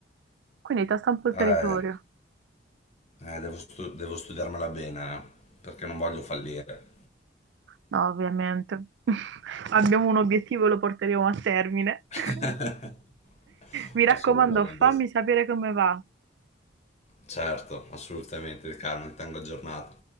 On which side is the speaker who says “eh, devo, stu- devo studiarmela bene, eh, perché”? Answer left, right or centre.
Left